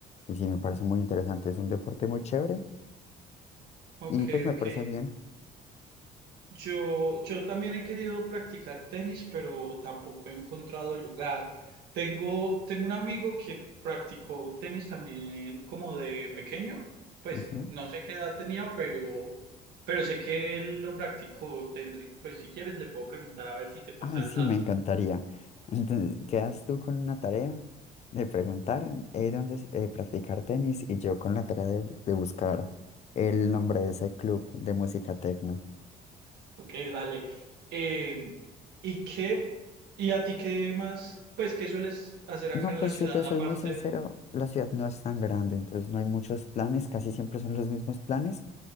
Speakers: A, on the left (about 40°); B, on the right (about 70°).
A: y sí me parece muy interesante, es un deporte muy chévere
B: ok,
A: y pues me
B: ok.
A: parece bien.
B: Yo, yo también he querido practicar tenis, pero tampoco he encontrado el lugar. Tengo, tengo un amigo que practicó tenis también como de pequeño, pues
A: Ujú.
B: no sé qué edad tenía, pero, pero sé que él lo practicó. Tendré, pues si quieres le puedo preguntar a ver si te pasa
A: Ay,
B: el
A: sí,
B: dato.
A: me encantaría. Entonces, quedas tú con una tarea de preguntar eh, dónde es, eh, practicar tenis y yo con la tarea de, de buscar el nombre de ese club de música tecno.
B: Ok, dale. Em, ¿y qué, y a ti qué más, pues qué sueles hacer
A: No,
B: acá en
A: pues
B: la ciudad
A: si te soy
B: aparte?
A: muy sincero, la ciudad no es tan grande, entonces no hay muchos planes, casi siempre son los mismos planes,